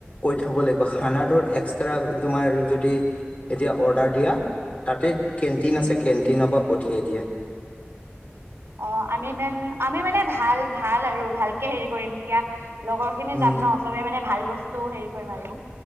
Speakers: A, on the left; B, on the right.
A: কৈ থ'ব লাগিব। খানাটোৰ এক্সট্ৰা তোমাৰ যদি যেতিয়া অৰ্ডাৰ দিয়া। তাতে কেণ্টিন
B: উম
A: আছে, কেণ্টিনৰ পৰা পঠিয়াই দিয়ে।
B: অ' আমি তেন আমি মানে ভাল ভাল আৰু ভালকে হেৰি কৰিম এতিয়া লগৰ খিনি
A: উম
B: যাম ন চবেই মানে ভাল বস্তু হেৰি কৰিম আৰু